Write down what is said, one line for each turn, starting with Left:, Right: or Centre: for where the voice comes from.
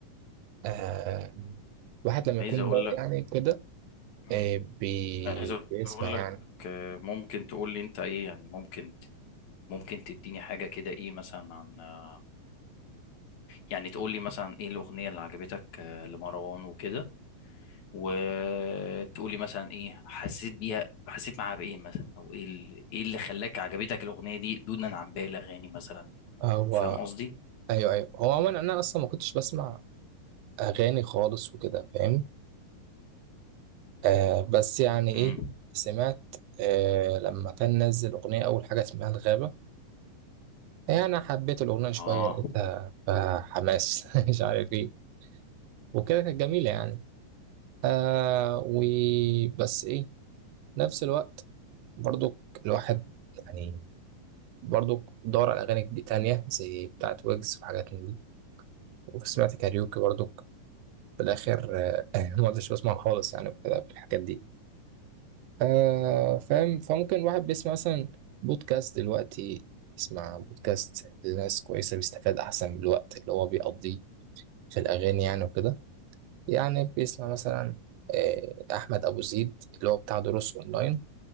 Right: آه، الواحد لما يكون
Left: عايز اقول
Right: رايق يعني كده
Left: لك
Right: إيه بي...
Left: عايز
Right: بيسمع
Left: اقول
Right: يعني
Left: لك آه، ممكن تقول لي انت ايه يعني ممكن ممكن تديني حاجه كده ايه مثلا عن آه، يعني تقول لي مثلا ايه الاغنيه اللي عجبتك آه، لمروان وكده وتقول لي مثلا ايه حسيت بيها حسيت معاها بايه مثلا او ايه اللي ايه اللي خلاك عجبتك الاغنيه دي دونا عن باقي الاغاني مثلا
Right: هو
Left: فاهم قصدي
Right: ايوه ايوه هو عموما انا اصلا ما كنتش بسمع اغاني خالص وكده فاهم آه بس يعني ايه
Left: امم
Right: سمعت آه لما كان نزل اغنيه اول حاجه اسمها الغابه يعني حبيت الاغنيه شويه
Left: اه
Right: لقيتها فحماس <laughs> مش عارف ايه وكده كانت جميله يعني آه وبس
Left: إمم.
Right: ايه نفس الوقت برضو الواحد يعني برضو دور على اغاني دي تانية زي بتاعت ويجز وحاجات من دي وسمعت كاريوكي برضو في الاخر آه، <laughs> ما عدتش بسمع خالص يعني وكده في الحاجات دي آه فاهم فممكن الواحد بيسمع مثلا بودكاست دلوقتي يسمع بودكاست لناس كويسة بيستفاد أحسن من الوقت اللي هو بيقضيه في الأغاني يعني وكده يعني بيسمع مثلا آه أحمد أبو زيد اللي هو بتاع دروس أونلاين